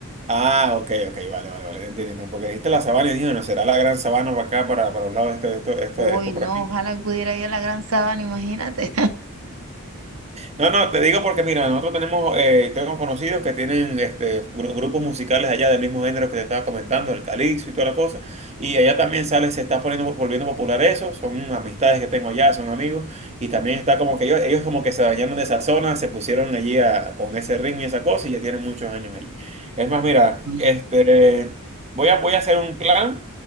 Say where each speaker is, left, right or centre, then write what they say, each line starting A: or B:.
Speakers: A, on the right (about 30°); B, on the right (about 70°).
A: Ah, ok, ok, vale, vale, vale, entiendo, entiendo, porque dijiste la sabana y dije, no, será la gran sabana para acá, para, para los lados, esto, esto, esto,
B: Uy,
A: esto
B: no,
A: por aquí.
B: ojalá pudiera ir a la gran sabana, imagínate.
A: No, no, te digo porque mira, nosotros tenemos, eh, tenemos conocidos que tienen este, gru- grupos musicales allá del mismo género que te estaba comentando, el calipso y toda la cosa, y allá también sale, se está poniendo, volviendo popular eso, son amistades que tengo allá, son amigos, y también está como que ellos, ellos como que se bañaron de esa zona, se pusieron allí a- con ese ritmo y esa cosa, y ya tienen muchos años allí. Es más, mira,
B: <laughs>
A: este... Voy a, voy a hacer un plan.